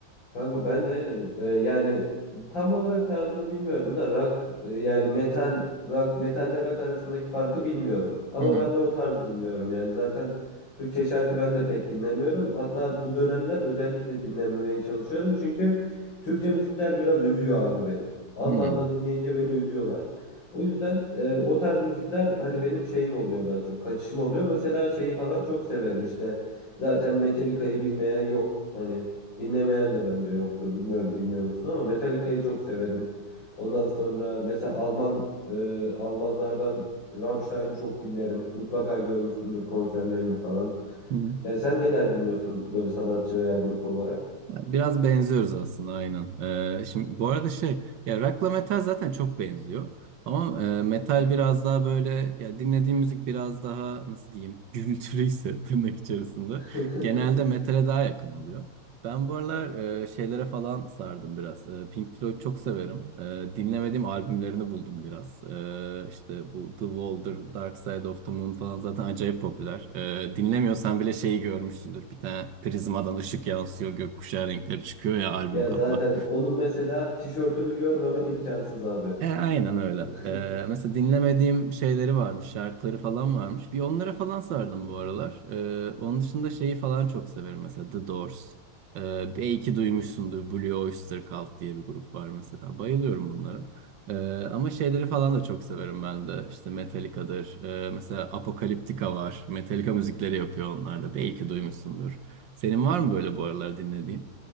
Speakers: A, on the left; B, on the right.
A: Kanka ben de e, yani tam olarak tarzını bilmiyorum da rock e, yani metal rock metalle rock arasındaki farkı bilmiyorum. Ama
B: Hı hı.
A: ben de o tarz dinliyorum. Yani zaten Türkçe şarkı ben de pek dinlemiyorum. Hatta bu dönemler özellikle dinlememeye çalışıyorum. Çünkü Türkçe müzikler biraz üzüyor abi beni. Anlamda
B: Hı
A: dinleyince beni üzüyorlar. O yüzden e, o tarz müzikler hani benim şeyim oluyor daha çok kaçışım oluyor. Mesela şeyi falan çok severim işte. Zaten Metallica'yı bilmeyen yok. Hani Dinlemeyen de bence yoktur. Bilmiyorum dinliyor musun ama Metallica'yı çok severim. Ondan sonra mesela Alman e, Almanlardan Rammstein'i çok dinlerim. Mutlaka görmüşsündür konserlerini falan.
B: hı.
A: Ya sen neler dinliyorsun böyle sanatçı veya grup olarak?
B: Biraz benziyoruz aslında aynen. Ee, şimdi bu arada şey ya rock'la metal zaten çok benziyor. Ama e, metal biraz daha böyle ya dinlediğim müzik biraz daha nasıl diyeyim <laughs> gürültülüyse tırnak içerisinde
A: <laughs>
B: genelde metale daha yakın oluyor. Ben bu aralar e, şeylere falan sardım biraz. E, Pink Floyd çok severim. E, dinlemediğim albümlerini buldum biraz. E, işte bu The Wall'dır, Dark Side of the Moon falan zaten acayip popüler. E, dinlemiyorsan bile şeyi görmüşsündür. Bir tane prizmadan ışık yansıyor, gökkuşağı renkleri çıkıyor ya albüm
A: Ya
B: kapağı.
A: zaten onun mesela tişörtünü görmemen imkansız abi.
B: E, aynen öyle.
A: <laughs>
B: E, mesela dinlemediğim şeyleri varmış, şarkıları falan varmış. Bir onlara falan sardım bu aralar. E, onun dışında şeyi falan çok severim mesela The Doors. E, belki duymuşsundur Blue Oyster Cult diye bir grup var mesela. Bayılıyorum bunlara. E, ama şeyleri falan da çok severim ben de. İşte Metallica'dır. E, mesela Apocalyptica var. Metallica müzikleri yapıyor onlar da. Belki duymuşsundur. Senin var mı böyle bu aralar dinlediğin?